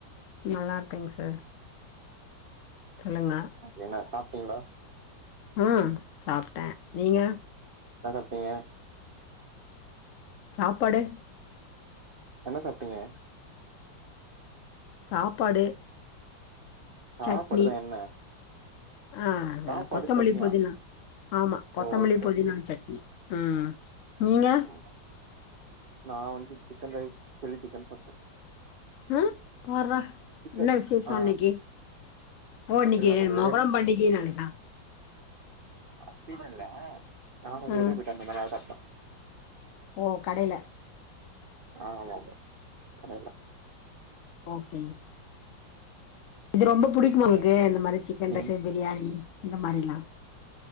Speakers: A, on the left (about 70°); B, on the right (about 80°).
A: நல்லாருக்கேங் சார் சொல்லுங்க
B: என்னா சாப்ட்டீங்களா
A: ம் சாப்ட்டே நீங்க
B: என்னா சாப்ட்டிங்க
A: சாப்பாடு
B: என்ன சாப்ட்டீங்க
A: சாப்பாடு
B: சாப்பாடுதா
A: சட்னி
B: என்ன
A: ஆ
B: சாப்பாடு
A: கொத்தமல்லி
B: சட்னியா
A: புதினா ஆமா கொத்தமல்லி
B: ஓகே
A: புதினா
B: ஓகே
A: சட்னி ம் நீங்க
B: ம் நா வந்து சிக்கன் ரைஸ் சில்லி சிக்கன் சாப்டே
A: ம் போடுறா
B: சிக்கன்
A: என்ன விசேஷ
B: ஆ
A: அன்னைக்கு ஓ இன்னைக்கு
B: இல்ல கொஞ்ச வெளிய
A: மொகரம் பண்டிகை நாளையா
B: அப்படிலா இல்ல நா <unintelligible>
A: ம் ஓ கடையில
B: ஆ ஆமா ஆமா கடைல
A: ஓகே இது ரொம்ப புடிக்கு உங்களுக்கு
B: ம்
A: இந்த மாதிரி சி இந்த
B: நீ
A: சைடு பிரியாணி இந்த மாரிலா